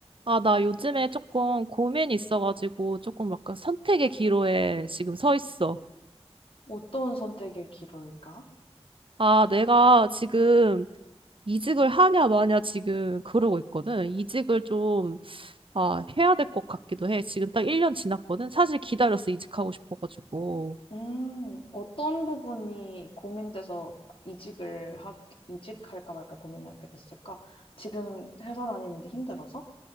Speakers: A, on the right; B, on the left.
A: 아, 나 요즘에 조금 고민이 있어가지고 조금 약간 선택의 기로에 지금 서 있어.
B: 어떤 선택의 기로일까?
A: 아, 내가 지금 이직을 하냐 마냐 지금 그러고 있거든. 이직을 좀, 아, 해야 될 것 같기도 해. 지금 딱 1년 지났거든. 사실 기다렸어, 이직하고 싶어가지고.
B: 음, 어떤 부분이 고민돼서 이직을 하, 이직할까 말까 고민하게 됐을까? 지금 회사 다니는 게 힘들어서?